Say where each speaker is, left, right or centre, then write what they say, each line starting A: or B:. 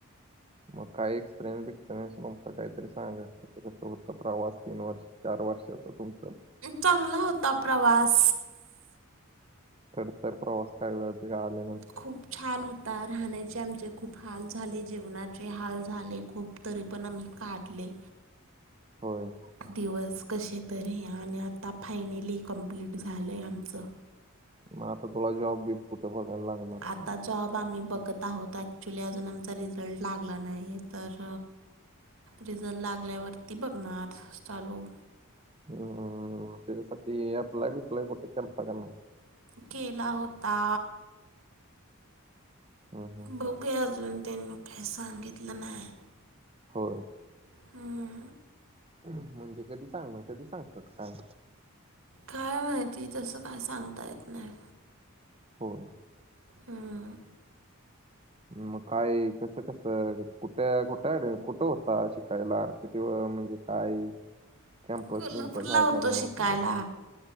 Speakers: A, on the right; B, on the right.
A: मग का एक्सपिरियन्स बसपिरियनसुम काहीरी सांगा कस होत प्रवास तीन वर्ष चार वर्षाचा तुम
B: चांगला होतां प्रवास
A: डत प्रोवासा का काल
B: खूप छान होता राहण्याचे आमचे खूप हाल झाले जीवनाचे हाल झाले खूप तरी पण आम्ही काढले
A: होय
B: दिवस कसे तरी आणि आता फायनली कम्प्लीट झालंय आमचं
A: मग आता तुला जॉब बीब कुठे बघायला लागणार
B: आता
A: काय
B: जॉब आम्ही बघत आहोत ॲक्च्युली अजून आमचा रिझल्ट लागला नाही तर रिझल्ट लागल्यावरती बघणार चालू
A: हम्म त्याच्यासाठी अप्लाय बिप्लाय कुठे केलाता काना
B: केला होता
A: हम्म हम्म
B: बघघे
A: हम्म
B: अजून त्यांनी काही सांगितलं नाही
A: हो
B: हां
A: म्हणजे कधी सांगणार कधी सांगतात काय?
B: काय माहिती तसं काय सांगता येत नाय.
A: होय.
B: हम्म
A: मग काय कस कसं कुटं कुटं आला कुटं होता शिकायला? सिटीव म्हणजे काय? कॅम्पस
B: कोल्हापूरला
A: बिम्पस हाय
B: होतो
A: का नाय
B: शिकायला
A: आपलं